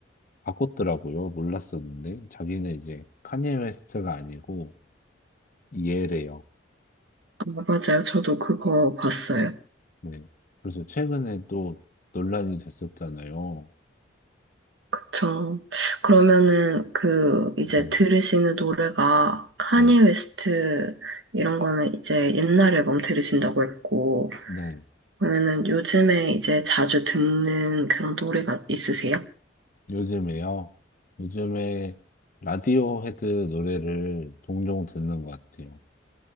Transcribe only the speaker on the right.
아, 맞아요. 저도 그거 봤어요.
그쵸. 그러면은 그 이제
들으시는 노래가 카니
웨스트 이런 거는 이제 옛날 앨범 들으신다고 했고
그러면은 요즘에 이제 자주 듣는 그런 노래가 있으세요?